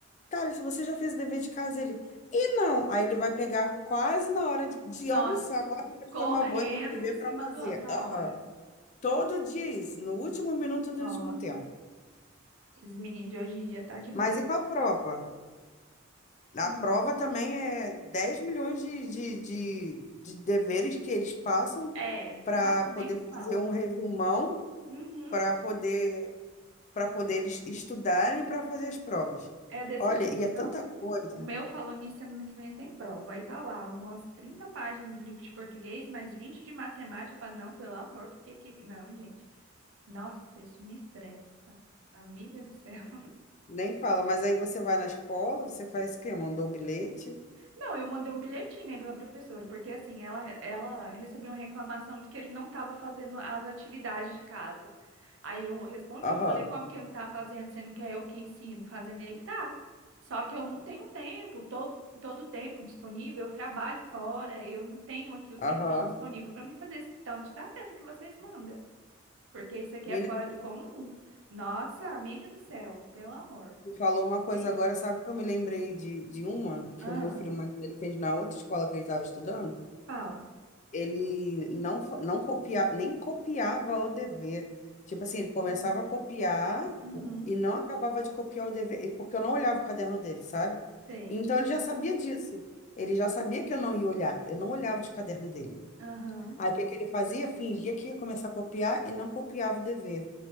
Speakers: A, on the left (about 35°); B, on the right (about 70°).
A: Thales, você já fez o dever de casa? Ele, e não. Aí ele vai pegar quase na hora de, de
B: Nossa,
A: almoçar, quase na hora de
B: correndo
A: tomar banho, o dever
B: em cima
A: para fazer.
B: do- da
A: Aham.
B: hora.
A: Todo dia é isso, no último minuto do
B: Nossa,
A: último tempo.
B: esses meninos de hoje em dia tá demais.
A: Mas e para a prova? A
B: Hum.
A: prova também é 10 milhões de, de, de, de deveres que eles passam
B: É,
A: para
B: nossa,
A: poder
B: nem me fala.
A: fazer um resumão,
B: Uhum,
A: para poder, para poder eles estudarem para fazer as provas.
B: é desse
A: Olha,
B: jeito.
A: e é
B: Não,
A: tanta coisa.
B: o meu falando nisso, semana que vem tem prova. Aí tá lá, umas 30 páginas do livro de português, mais 20 de matemática. Eu falo, não, pelo amor, porque que... que- Não, gente. Nossa, isso me estressa. Amiga do céu. <laughs>
A: Nem fala, mas aí você vai na escola, você faz o quê? Mandou o bilhete?
B: Não, eu mandei um bilhetinho, né, pela professora, porque assim, ela, ela recebeu uma reclamação de que ele não estava fazendo as atividades de casa. Aí eu respondi,
A: Aham,
B: eu falei, como que ele não tá fazendo, sendo que é eu que ensino, fazendo ele tá. Só que eu não tenho tempo, todo todo o tempo disponível, eu trabalho fora, eu não tenho aqui o
A: aham.
B: tempo todo disponível para me fazer esse tanto de tarefa que vocês mandam, porque isso aqui
A: mina
B: é fora do comum. Nossa, amiga do céu, pelo amor.
A: tu falou uma coisa
B: Ei.
A: agora, sabe que eu me lembrei de, de uma que
B: Ah,
A: o meu filho mais velho fez na outra escola que ele estava estudando?
B: fala.
A: Ele não, fa- não copia, nem copiava o dever. Tipo assim, ele começava
B: Hum.
A: a copiar
B: Uhum,
A: e não acabava de copiar o dever, e- porque eu não olhava o caderno dele, sabe?
B: sei.
A: Então ele já sabia disso. Ele já
B: Hum.
A: sabia que eu não ia olhar. Eu não olhava os cadernos dele.
B: Aham,
A: Aí o que que ele fazia? Fingia que ia começar a copiar e não copiava o dever.